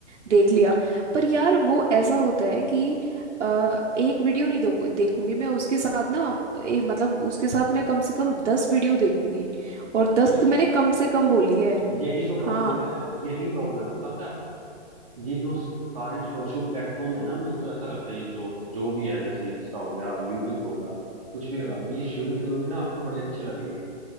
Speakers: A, on the right (about 85°); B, on the right (about 30°).
A: देख लिया पर यार वो ऐसा होता है कि अ, एक वीडियो नहीं देखू- देखूंगी मैं उसके साथ ना ए, मतलब उसके साथ मैं कम से कम दस वीडियो देखूंगी और दस
B: यार
A: तो मैंने कम से कम बोली है
B: यही तो प्रॉब्लम
A: हाँ
B: है यही प्रॉब्लम है बताओ क्या। ये जो स- सारे सोशल प्लेटफॉर्म है ना मेरे को ऐसा लगता है ये जो जो भी है जैसे इंस्टा हो गया यूट्यूब होगा कुछ भी लगा लो ये शुरू शुरू में ना आपको बड़े अच्छे लगेंगे